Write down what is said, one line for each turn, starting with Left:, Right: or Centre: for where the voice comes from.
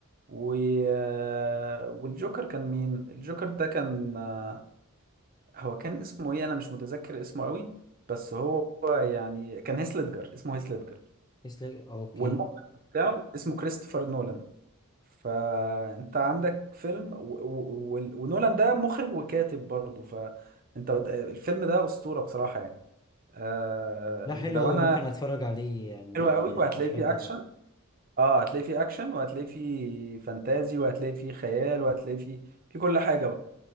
Right: و... آه، والجوكر كان مين؟ الجوكر ده كان آه، هو كان اسمه ايه انا مش متذكر اسمه قوي بس هو يعني كان هيث ليدجر اسمه هيث ليدجر
Left: يسلك اوكي
Right: والمخرج بتاعه اسمه كريستوفر نولان فانت عندك فيلم و... و... و... ونولان ده مخرج وكاتب برضه فانت بد- الفيلم ده اسطوره بصراحه يعني آه...
Left: لا حلو
Right: لو
Left: اوي
Right: انا
Left: ممكن اتفرج عليه يعني
Right: حلو قوي وهتلاقي
Left: آه، احب
Right: فيه
Left: ده
Right: اكشن اه هتلاقي فيه اكشن وهتلاقي فيه فانتازي وهتلاقي فيه خيال وهتلاقي فيه في كل حاجه بقى